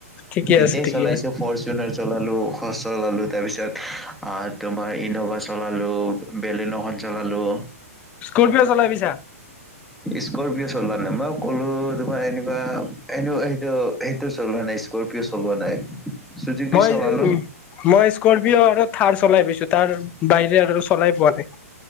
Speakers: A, on the left; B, in the centre.
A: ঠিকে
B: তেতিয়াই
A: আছে ঠিকে
B: চলাইছোঁ
A: আছে
B: ফৰ্চুন চলালোঁ, খ চলালোঁ তাৰপিছত আ, তোমাৰ ইনোভা চলালোঁ বেলেন' খন চলালোঁ।
A: স্কৰপিঅ' চলাই পাইছা?
B: স্কৰপিঅ' চলোৱা নাই। মই ক'লো তোমাৰ এনেকুৱা এনো সেইটো সেইটো চলোৱা নাই স্কৰপিঅ' চলোৱা নাই। চুজুকি
A: মই
B: চলালো
A: উ, মই স্কৰপিঅ' আৰু থাৰ চলাই পাইছো তাৰ বাহিৰে আৰু চলাই পোৱা নাই